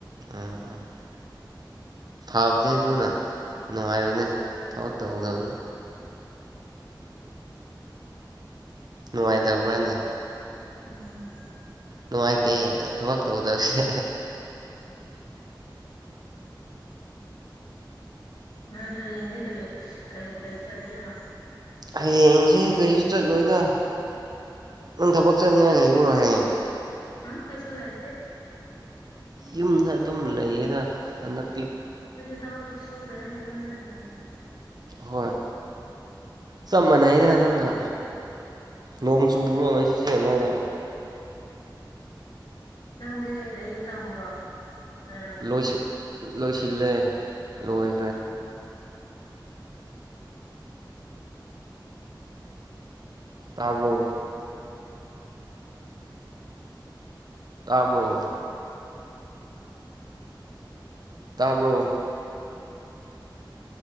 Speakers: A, on the right; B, on the left.
A: ꯎꯝ ꯊꯥꯕꯅꯦ ꯗꯨꯅ ꯅꯨꯡꯉꯥꯏꯕꯅꯦ ꯊꯕꯛ ꯇꯧꯗ꯭ꯕꯅ ꯅꯨꯡꯉꯥꯏꯇꯕ꯭ꯔꯥꯅꯦ
B: ꯎꯝ
A: ꯅꯨꯡꯉꯥꯏꯇꯦ ꯊꯕꯛ ꯇꯧꯗꯕꯁꯦ
B: ꯅꯣꯏ ꯍꯌꯦꯡꯗꯤ ꯀꯩ ꯀꯩ ꯀꯩ ꯆꯠꯀꯦꯔ
A: ꯍꯌꯦꯡꯁꯦ ꯀꯩꯁꯨ ꯆꯠꯂꯣꯏꯗ ꯅꯪ ꯊꯕꯛ ꯆꯠꯅꯤꯡꯉꯥꯏ ꯂꯩꯕ꯭ꯔꯣ ꯍꯌꯦꯡ
B: ꯎꯝ ꯑꯩꯁꯨ ꯂꯩꯇꯦ
A: ꯌꯨꯝꯗ ꯑꯗꯨꯝ ꯂꯩꯌꯦꯗ ꯍꯟꯗꯛ
B: ꯑꯖꯨ ꯊꯕꯛꯁꯨ ꯁꯨꯗꯕꯅꯤꯅ ꯌꯨꯝꯗ ꯑꯗꯨꯝ ꯂꯩ
A: ꯍꯣꯏ ꯆꯞ ꯃꯥꯟꯅꯩꯗ ꯅꯪꯒ ꯅꯣꯡ ꯆꯨꯕ꯭ꯔꯣ ꯉꯁꯤꯁꯦ ꯅꯣꯏꯗ
B: ꯅꯪꯗꯤ ꯂꯥꯏꯔꯤꯛ ꯇꯝꯕ꯭ꯔꯣ ꯂꯣꯏꯔꯕꯣ
A: ꯂꯣꯏꯁꯤ ꯂꯣꯏꯁꯤꯜꯂꯦ ꯂꯣꯏꯈ꯭ꯔꯦ ꯇꯥꯕ꯭ꯔꯣ ꯇꯥꯕ꯭ꯔꯣ ꯇꯥꯕ꯭ꯔꯣ